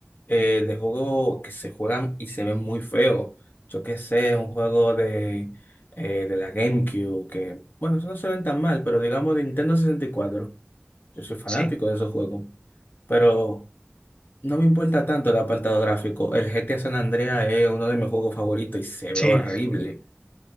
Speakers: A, on the left (about 50°); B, on the left (about 20°).
A: eh, de juegos que se juegan y se ven muy feos. Yo qué sé, un juego de, eh, de la GameCube, que, bueno, eso no se ven tan mal, pero digamos de Nintendo 64. Yo soy fanático
B: Sí,
A: de esos juegos, pero no me importa tanto el apartado gráfico. El GTA San Andreas es uno de mis juegos favoritos y se
B: sí,
A: ve horrible.
B: es,